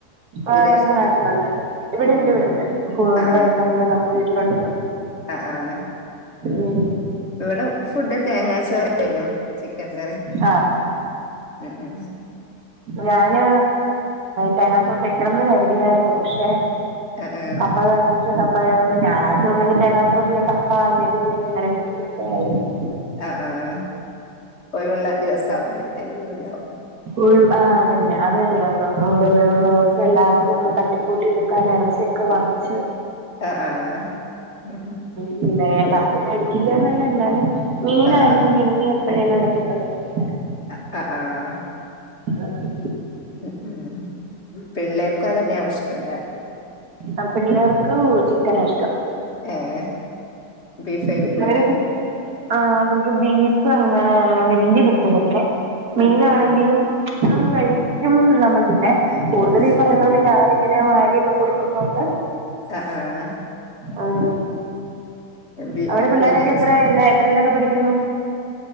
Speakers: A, on the right; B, on the left.
A: ആഹ്
B: വിദേശ
A: നമ്മക്ക് നാട്ടിലുണ്ട് ഇവിടെണ്ട്
B: ഉം ഉം
A: ഇവിടെണ്ട് കു ഇവിടെ
B: ആഹ്
A: അടുത്തുണ്ട് നമ്മളെ വീട്ടിലുണ്ട്
B: ആഹ് ആഹ്
A: ഉം
B: ഇവടെ ഫുഡ് തേങ്ങാച്ചോറായിരുന്നു ചിക്കൻ കറി
A: ആ
B: ഉം ഉം
A: ഞാന് തേങ്ങാച്ചോർ വെക്കണംന്ന് കരുതിയായിരുന്നു പക്ഷെ
B: ആഹ് ആഹ്
A: അപ്പഴാണ് അപ്പഴാണ് ഞായറാഴ്ച്ച ണ്ടെങ്കിൽ തേങ്ങ ചോർ ല്ലേ കപ്പ അല്ലേ ബിരിയാണി അങ്ങെനെ എന്തെങ്കിലും ഒക്കെ ആയിരിക്കും
B: ആഹ് ആഹ് ഒഴിവുള്ള ദിവസ ആവുല്ലേ അപ്പൊ ലീവ്ണ്ടാവും
A: ഒഴിവ് ആഹ് അതന്നെ അത് തന്നെണ് ഇത് ഒഴിവുളോസം എല്ലാർക്കും ഒന്ന്തട്ടിക്കൂട്ടി എടു എടുക്കൻ ഇറച്ചി ഒക്കെ വാങ്ങിച്ച്
B: ആഹ് ആഹ് ഉം
A: പിന്നെ ബാക്കി മേടിക്കില്ലന്നല്ല എന്നാലും മീനായിരിക്കും
B: ആഹ് ആഹ്
A: പിന്നിം എപ്പഴേലും ഇടക്കൊക്കെ മേടിക്കും
B: ആഹ് ആഹ് ആഹ്
A: ആഹ്
B: ഉം ഉം പിള്ളേർക്കും അതന്നെ ആവും ഇഷ്‌ടം ല്ലേ
A: ആഹ് പിള്ളേർക്ക് ചിക്കനാ ഇഷ്ടം
B: ഏഹ് ബീഫൈക്കൂലെ
A: പിള്ളേര് ആഹ് അവർക്ക് ബീഫ് അങ്ങനെ വല്യ പിടിത്തല്ല പിന്നെ മീനാണെങ്കിലും
B: ഉം ഉം
A: അവന്ക്കയി പറ്റും നമ്മൾ പിന്നെ കൂടുതൽ
B: ഉം
A: ഈ
B: ഉം
A: പറയുന്നത്ണ്ട് ഞാാനിങ്ങനെ വാരിയൊക്കെ കൊടുക്കുന്നോണ്ട്
B: ആഹ്
A: ആഹ്
B: ബി
A: അവിടെ പിള്ളോരൊക്കെ
B: പിന്നെ
A: എത്രല്ല എത്രല്ലൊക്കെ പഠിക്കുന്നു